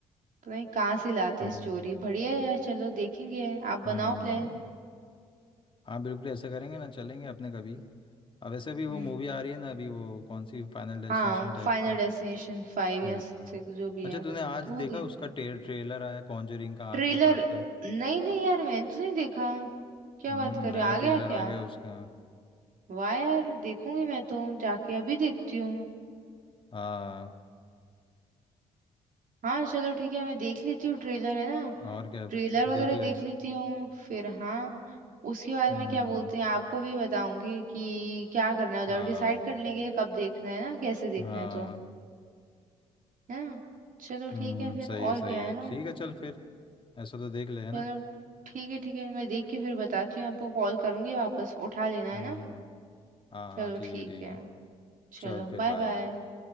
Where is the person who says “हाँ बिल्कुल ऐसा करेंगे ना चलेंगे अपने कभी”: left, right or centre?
Left